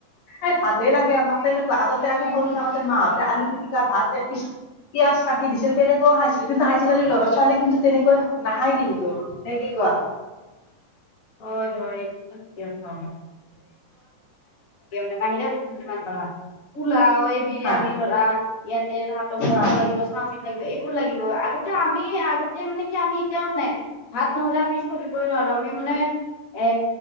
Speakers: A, on the left; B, on the left.
A: এই ভাতে লাগে আমাক তেনেকুৱা। আগতে আমি সৰু থাকোতে মাহঁতে আলু পিটিকা ভাত এপিছ পিয়াজ <unintelligible> দিছিল তেনেকুৱাও খাইছিলো কিন্তু আজিকালি ল'ৰা ছোৱালী কিন্তু তেনেকৈ নাহাই কিন্তু। নে কি কোৱা?
B: হয় হয় এইটোতো মানে বাহিৰা বস্তু কিমান পালা পোলাও এই বিৰিয়ানী
A: হয়
B: ধৰা ইয়াতে ততৰ মম'
A: হয়
B: লাগিব চাওমিন লাগিব এইবোৰ লাগিব। আগতে আমি আগতে মানে কি আমি এতিও মানে ভাত নহলে আমি চলিবই নোৱাৰো আমি মানে এ